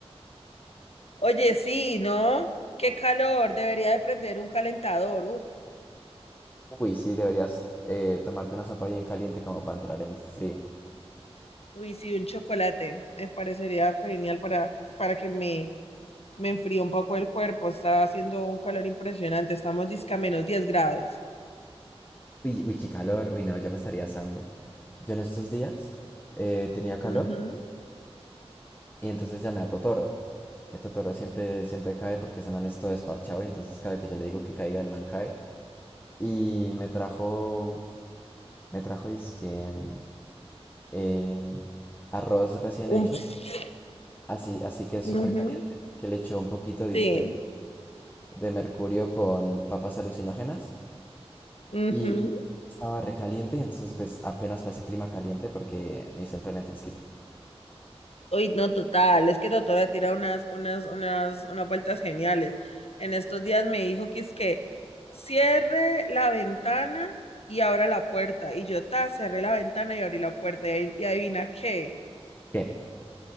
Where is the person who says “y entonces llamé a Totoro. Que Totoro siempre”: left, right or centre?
Left